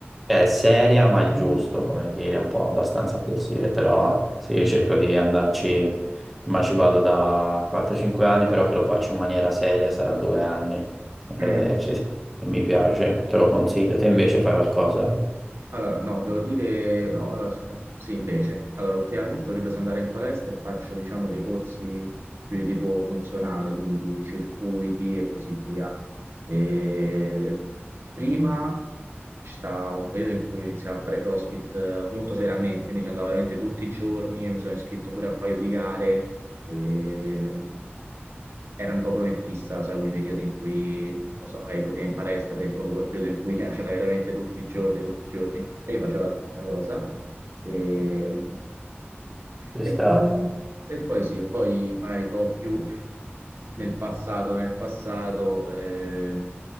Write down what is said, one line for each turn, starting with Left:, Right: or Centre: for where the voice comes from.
Centre: cioè, seria, ma il giusto, come dire, un po' abbastanza flessibile, però sì, io cerco di andarci, ma ci vado da 4-5 anni, però che lo faccio in maniera seria sarà due anni. Eh,
Right: Mm.
Centre: sì, sì, mi piace, te lo consiglio. Te invece fai qualcosa?
Right: Allora, no, devo dire, no, allora aspetta, sì, invece, allora ultimamente ho ripreso ad andare in palestra e faccio, diciamo, dei corsi più di tipo funzionale, quindi circuiti e così via. E prima c'è stato un periodo in cui ho iniziato a fare CrossFit eh, molto seriamente, quindi ci andavo veramente tutti i giorni, mi sono iscritto pure a un paio di gare e, erano dopo fissa, sai, quei periodi in cui, non so, magari pure te in palestra, ti è venuto quel periodo in cui <laughs> c'era veramente tutti i giorni, tutti i giorni, e io facevo la stessa cosa. E,
Centre: Ci
Right: e
Centre: sta.
Right: poi, e poi sì, e poi magari proprio più nel passato, nel passato eh,